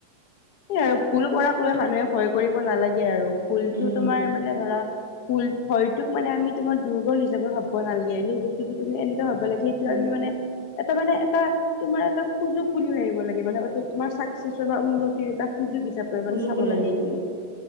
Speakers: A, on the left (about 45°); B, on the left (about 85°).
A: আৰু ভুল কৰাক লৈ মানুহে ভয় কৰিব নালাগে আৰু। ফুলটো
B: উম,
A: তোমাৰ মানে ধৰা। ভূল ভয়টোক মানে আমি তোমাৰ দুৰ্বল হিচাপে ভাব নালাগে সেই বস্তুটো তুমি এনে। হ'ব লাগে, সেইটো
B: উম,
A: আমি মানে এটা মানে এটা তোমাৰ এটা সুযোগ বুলি ভাবিব লাগে। মানে অ' তোমাৰ চাকচেছৰ বা উন্নতিৰ এটা সুযোগ হিচাপে
B: সুযোগ
A: মানে চাব
B: বুলি
A: লাগে
B: ভাবিব
A: এইটো।